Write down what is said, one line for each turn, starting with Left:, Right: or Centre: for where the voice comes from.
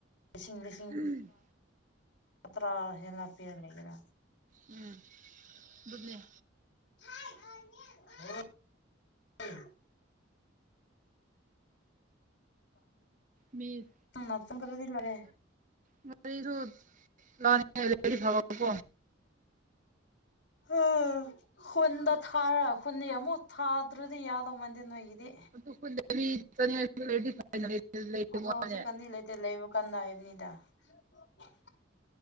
Left: ꯂꯤꯁꯤꯡ ꯂꯤꯁꯤꯡ
Right: ꯎꯝ
Left: ꯄꯠꯇ꯭ꯔ ꯍꯦꯂ ꯄꯤꯔ ꯂꯩꯒꯔ
Right: ꯎꯝ ꯗꯨꯅꯦ
Left: <unintelligible>
Right: ꯃꯤ
Left: ꯀꯪꯅ ꯆꯪꯗ꯭ꯔꯗꯤ ꯂꯣꯏꯔꯦ
Right: ꯉꯁꯨ ꯂꯉꯗꯤ ꯐꯕꯀꯣ
Left: ꯎ ꯈꯨꯟꯗ ꯊꯥꯔ ꯈꯨꯟꯅ ꯑꯃꯨꯛ ꯊꯥꯗ꯭ꯔꯗꯤ ꯌꯥꯗꯧ ꯃꯟꯗꯦ ꯅꯣꯏꯒꯤꯗꯤ
Right: <unintelligible>
Left: ꯑꯗꯣ ꯍꯧꯖꯤꯛꯀꯥꯟꯗꯤ ꯂꯩꯕ ꯀꯟꯅ ꯍꯥꯏꯕꯅꯤꯗ <unintelligible>